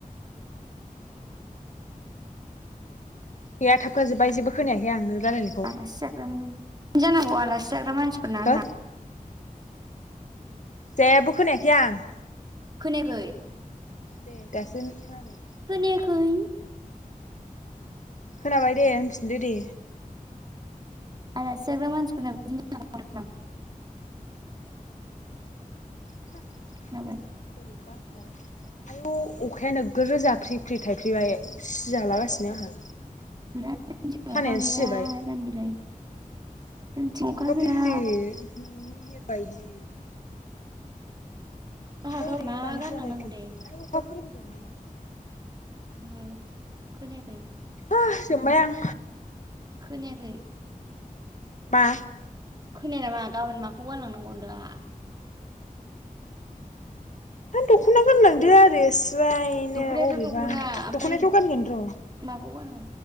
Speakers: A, on the left (about 55°); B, on the right (about 30°).
A: गैया थाबखाजोब्बाय जेबो खोनायाखै आं नों रालायना
B: आलासि जाग्रा जानांगौ आलासि जाग्रा मानसिफोरना
A: हो
B: होनदां।
A: जेबो खोनायाखै आं।
B: खोनायाखै।
A: दे दासो खादों।
B: खोनायाखै।
A: खोनाबाय दे होनफिनदो दे।
B: आलासिाग्र मानसिफोरनाव बिदि <unintelligible>
A: <unintelligible>
B: खोनाबाय।
A: <unintelligible> अखाया नोगो रो जााफ्रि फ्रि थाइफ्रिबाय सि जालागासिनो आंहा।
B: <unintelligible>
A: खानायानो सिजोबबाय
B: जोंनिथिं अखा
A: फ्रि
B: गैया।
A: फ्रि <unintelligible> ओमफ्राय
B: आंहा
A: ओरैहाय
B: मा
A: मानो
B: गानलांनांगौ
A: हालाबायखो
B: दे
A: <unintelligible>
B: ओहो खोनायाखै
A: हो जोंबाय आं
B: खोनायाखै।
A: मा?
B: खोनाया नामा गाबोन माखौ गारलांनांगौ होनदों आंहा
A: हा दख'ना गानलांदो आरो स्रायनो
B: दख'नायाथ'
A: अबेबा
B: दख'ना ओमफ्राय
A: दख'नााथ' गानगोन र'।
B: माखौ गानो